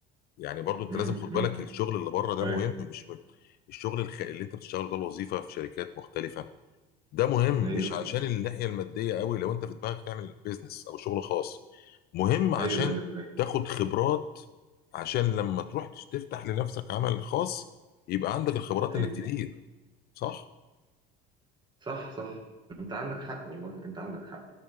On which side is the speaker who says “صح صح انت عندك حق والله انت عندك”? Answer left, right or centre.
Right